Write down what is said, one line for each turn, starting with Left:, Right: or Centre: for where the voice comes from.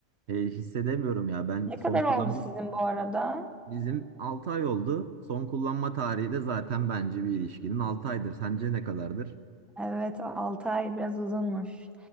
Right: e, hissedemiyorum ya. Ben
Centre: Ne kadar
Right: son kullanma
Centre: oldu sizin bu arada?
Right: Bizim 6 ay oldu. Son kullanma tarihi de zaten bence bir ilişkinin 6 aydır. Sence ne kadardır?
Centre: Evet, 6 ay biraz uzunmuş.